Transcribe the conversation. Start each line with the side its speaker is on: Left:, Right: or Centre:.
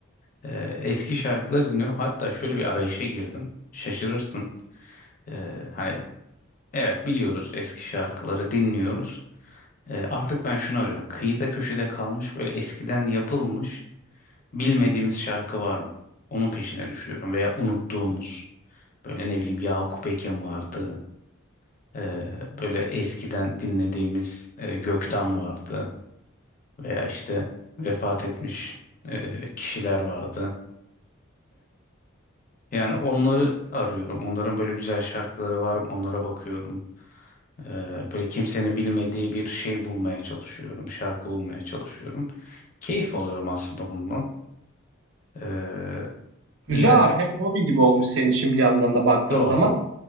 Left: Ee, eski şarkıları dinliyorum. Hatta şöyle bir arayışa girdim. Şaşırırsın. Ee, hani evet biliyoruz eski şarkıları dinliyoruz. Ee, artık ben şunu arıyorum. Kıyıda köşede kalmış böyle eskiden yapılmış bilmediğimiz şarkı var mı? Onun peşine düşüyorum veya unuttuğumuz. Böyle ne bileyim Yakup Ekin vardı. Ee, böyle eskiden dinlediğimiz e, Gökten vardı. Veya işte vefat etmiş e, kişiler vardı. Yani onları arıyorum. Onların böyle güzel şarkıları var mı? Onlara bakıyorum. Ee, böyle kimsenin bilmediği bir şey bulmaya çalışıyorum. Şarkı bulmaya çalışıyorum. Keyif alıyorum aslında bundan. Ee, yani
Right: Güzel abi hem hobi gibi olmuş senin için bir yandan da baktığın
Left: doğru.
Right: zaman.